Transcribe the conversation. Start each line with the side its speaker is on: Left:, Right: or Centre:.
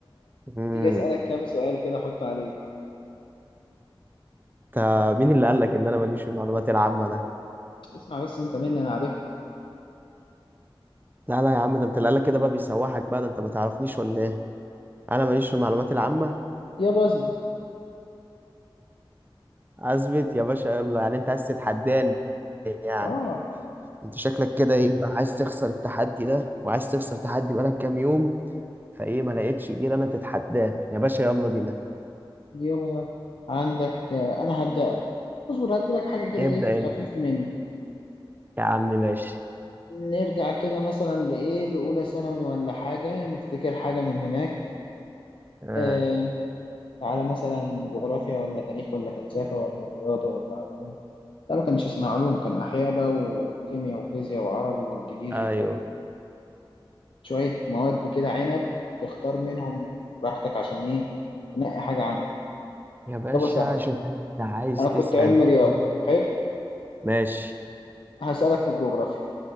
Right: امم
Left: تيجي اسالك كام سؤال كده احط عليه
Right: انت مين اللي قال لك ان انا ماليش في المعلومات العامه ده
Left: اسمع بس انت مني انا عرفت
Right: لا لا يا عم ده انت اللي قال لك كده بقى بيسوحك بقى ده انت ما تعرفنيش ولا ايه انا ماليش في المعلومات العامه
Left: يابا اصبر
Right: اثبت يا باشا يلا يعني انت عايز تتحداني يعني
Left: اه
Right: انت شكلك كده ايه بقى عايز تخسر التحدي ده وعايز تخسر تحدي بقالك كام يوم فايه ما لقيتش غير انا تتحداه يا باشا يلا بينا
Left: يابا عندك آه، انا هبدأك اصبر هدي لك حاجه كده
Right: ابدا
Left: ايه في الخفيف
Right: انت
Left: مني
Right: يا عم ماشي
Left: نرجع كده مثلا لايه لاولى ثانوي ولا حاجه نفتكر حاجه من هناك
Right: اه
Left: آه، على مثلا جغرافيا ولا تاريخ ولا فلسفة ولا رياضة ولا علوم لا ما كانش اسمها علوم كان أحياء بقى وكيمياء وفيزياء وعربي وإنجليزي
Right: ايوه
Left: وشوية مواد كده عنب تختار منهم براحتك عشان إيه تنقي حاجة عامة
Right: يا باشا
Left: طب سهل
Right: شوف انت عايز
Left: أنا كنت
Right: تسأل
Left: علم
Right: في
Left: رياضة
Right: ايه
Left: حلو
Right: ماشي
Left: هسألك في الجغرافيا